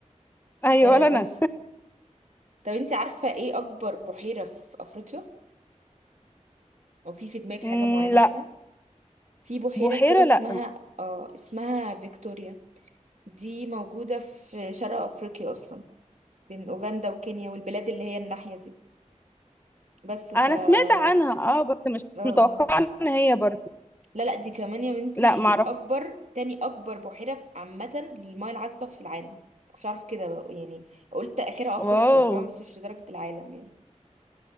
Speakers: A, on the left; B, on the right.
A: ايوه
B: أه
A: ولا
B: بس
A: انا
B: طب انت عارفة ايه اكبر بحيرة في افريقيا او في في دماغك
A: مم،
B: حاجة معينة
A: لا
B: مثلا في بحيرة
A: بحيرة
B: كده اسمها
A: لا
B: اه اسمها فيكتوريا دي موجودة في شرق افريقيا اصلا بين اوغندا وكينيا والبلاد اللي هي الناحية دي بس ف
A: انا
B: اه
A: سمعت عنها اه بس مش
B: اه
A: متوقعة ان هي برضو
B: لا لا دي كمان يا بنتي
A: لا معرف
B: اكبر تاني اكبر بحيرة عامة للمياه العذبة في العالم مش عارف كده بقى يعني قلت اخرها افريقيا
A: واو
B: فاهمة بس مش لدرجة العالم يعني